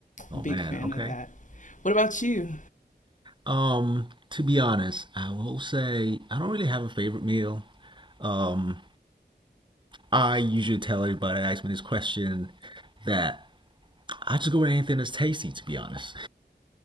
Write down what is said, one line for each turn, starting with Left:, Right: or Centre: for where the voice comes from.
Right: Oh
Left: Big
Right: man.
Left: fan
Right: Okay.
Left: of that. What about you?
Right: Um, to be honest, I will say I don't really have a favorite meal. Um, I usually tell everybody that asks me this question that I just go with anything that's tasty, to be honest.